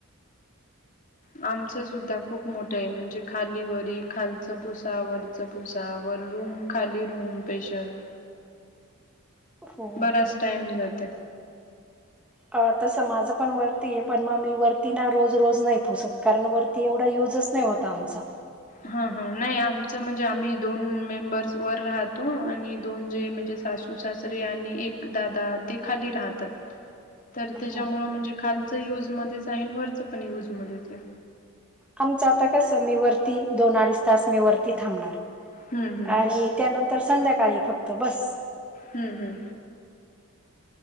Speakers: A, on the left (about 35°); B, in the centre.
A: आमचं सुद्धा खूप मोठंय म्हणजे खालीवरी खालच पुसा वर च पुसा वर रूम खाली रूम स्पेशल
B: हो
A: बराच टाइम जात
B: अ तसं माझं पण वरती ये पण म मी वरती ना रोज रोज नाय पुसत कारण वर ती एवढा युजच नाय होत आमचा
A: हा हा नाही आमचं म्हणजे आम्ही दोन मेंबर्स वर राहतो आणि दोन जे म्हणजे सासू सासू सासरे आणि एक दादा ते खाली राहतात. तर त्याच्यामुळं
B: हम्म.
A: म्हणजे खालचं युजमध्येच आहे वरचं पण युजमध्येचये.
B: आमचं आता कसं मी वरती दोन अडीच तास मी वरती थांबणार
A: हं, हं.
B: आणि त्यानंतर संध्याकाळी फक्त बस
A: हूं हूं